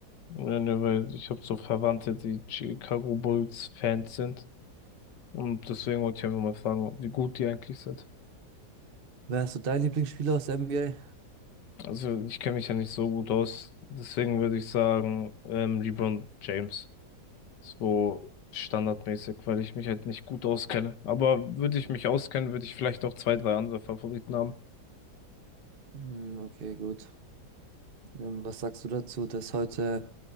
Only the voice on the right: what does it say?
Wer ist so dein Lieblingsspieler aus der NBA?
Mm, okay, gut. Ähm, was sagst du dazu, dass heute